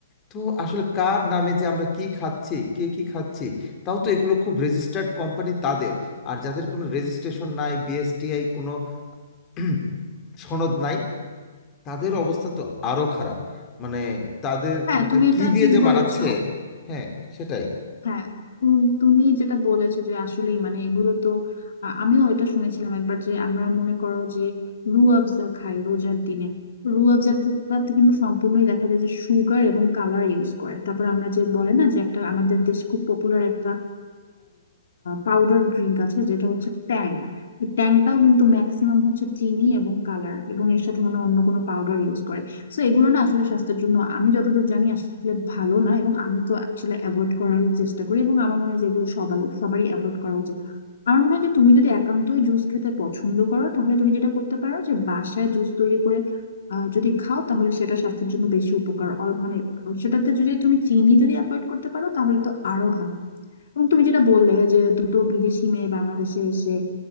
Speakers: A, on the left; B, on the left.
A: তো আসলে কার নামে যে আমরা কি খাচ্ছি কে কি খাচ্ছি তাও তো এগুলো খুব রেজিস্টার্ড কোম্পানি তাদের আর যাদের কোনো রেজিস্ট্রেশন নাই বিএসটিআই কোনো <clears throat> সনদ নাই তাদের অবস্থা তো আরো খারাপ মানে তাদের
B: হ্যাঁ
A: মানে
B: তুমি
A: কি
B: এটা
A: দিয়ে
B: ঠিক
A: যে
B: বলেছো
A: বানাচ্ছে হ্যাঁ সেটাই
B: হ্যাঁ তুম- তুমি যেটা বলেছো যে আসলেই মানে এগুলো তো আ, আমিও এটা শুনেছিলাম একবার যে আমরা মনে করো যে রু আফজা খাই রোজার দিনে রু আফজাটাতে কিন্তু সম্পূর্ণই দেখা যায় যে সুগার এবং কালার ইউজ করে তারপর আমরা যে বলে না যে একটা আমাদের দেশ খুব পপুলার একটা পাউডার ড্রিঙ্ক আছে যেটা হচ্ছে ট্যাং ট্যাংটাও কিন্তু ম্যাক্সিমাম হচ্ছে চিনি এবং কালার এবং এর সাথে মনে হয় অন্য কোনো পাউডার ইউজ করে তো এগুলো না আসলে স্বাস্থ্যের জন্য আমি যতদূর জানি আসলে ভালো না এবং আমি তো আসলে অ্যাভয়েড করারই চেষ্টা করি এবং আমার মনে হয় যে এগুলো সবারই সবারই অ্যাভয়েড করা উচিত আমার মনে হয় যে তুমি যদি একান্তই জুস খেতে পছন্দ করো তাহলে তুমি যেটা করতে পারো যে বাসায় জুস তৈরি করে আহ, যদি খাও তাহলে সেটা স্বাস্থ্যের জন্য বেশি উপকার অল- মানে সেটাতে যদি তুমি চিনি যদি অ্যাভয়েড করতে পারো তাহলে তো আরো ভালো এবং তুমি যেটা বললে যে দুটো বিদেশি মেয়ে বাংলাদেশে এসে